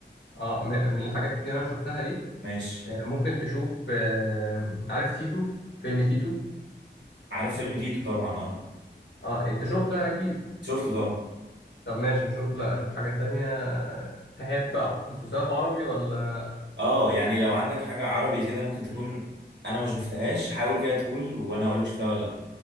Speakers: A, on the left; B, on the right.
A: اه م- من الحاجات كده أنا شفتها دي
B: ماشي
A: آه، ممكن تشوف آه، عارف تيتو فيلم تيتو
B: عارف فيلم تيتو طبعا اه
A: اه أنت شفته أكيد
B: شفته طبعا
A: طب ماشي نشوف لا أشوف حاجة تانية آه، تحب مسلسلات عربي ولا
B: اه يعني لو عندك حاجة عربي كده ممكن تكون انا ما شفتهاش حاول كده تقول وانا هقول لك شفتها ولا لا